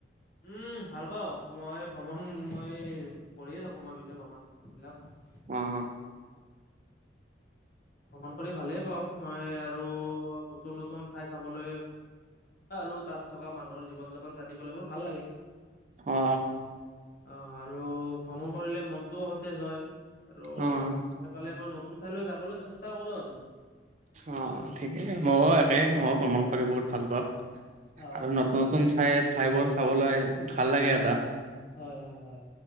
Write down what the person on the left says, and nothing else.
উম ভাল পাওঁ মই ভ্ৰমণ মই কৰিয়ে থাকো মই পিছ ভ্ৰমণ <unintelligible>
ভ্ৰমণ কৰি ভালেই পাওঁ। মই আৰু নতুন নতুন ঠাই চাবলৈ আৰু তাত থকা মানুহৰ জীৱন যাপন জানিবলৈ মোৰ ভাল লাগে।
অ আৰু ভ্ৰমণ কৰিলে মনটোও সতেজ হয় আৰু
এফালে মই নতুন ঠাইলৈ যাবলৈ চেষ্টা কৰো আৰু
অ
হয়, হয়, হয়।